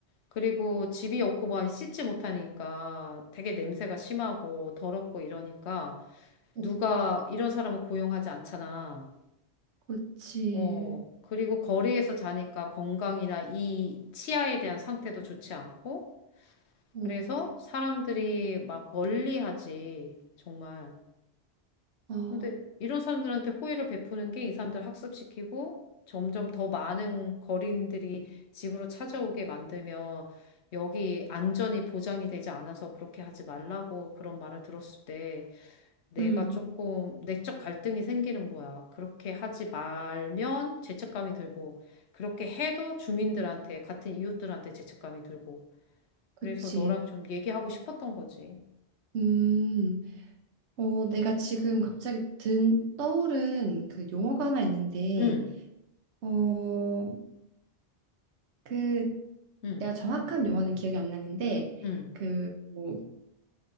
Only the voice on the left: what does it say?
그리고 집이 없고 뭐 씻지 못하니까 되게 냄새가 심하고 더럽고 이러니까
누가 이런 사람을 고용하지 않잖아.
어, 그리고 거리에서 자니까 건강이나 이 치아에 대한 상태도 좋지 않고
그래서 사람들이 막 멀리 하지. 정말.
근데 이런 사람들한테 호의를 베푸는 게 이 사람들 학습시키고 점점 더 많은 거린들이 집으로 찾아오게 만들면 여기 안전이 보장이 되지 않아서 그렇게 하지 말라고 그런 말을 들었을 때 내가
조금 내적 갈등이 생기는 거야. 그렇게 하지 말면 죄책감이 들고 그렇게 해도 주민들한테 같은 이웃들한테 죄책감이 들고
그래서 너랑 좀 얘기하고 싶었던 거지.
응,
응,
응.